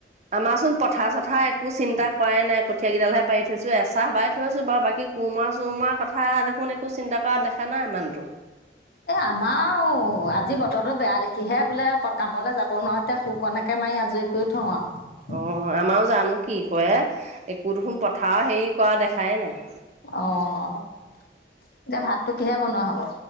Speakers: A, on the right; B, on the left.
A: আমাৰ চোন পথাৰ চথাৰ একো চিন্তা কৰাই নাই কঠীঁয়াকেইডালহে পাৰি থৈছোঁ এচাহ বাই থৈছো বাৰু বাকী কোৰমৰা চুৰমৰা কথা দেখোন একো চিন্তা কৰা দেখা নাই ইমানটোৰ।
B: এ আমাৰো, আজি ব বতৰো বেয়া দেখিহে বোলে কামলৈ যাব নোৱাৰো এতিয়া কুৰকণকে মাৰি আজৰি কৰি থওঁ আৰু।
A: অ', আমাৰো জানো কি কয় একো দেখোন পথাৰ হেৰি কৰা দেখাই নাই।
B: অ', এতিয়া ভাতটো কিহে বনোৱা হ'ব?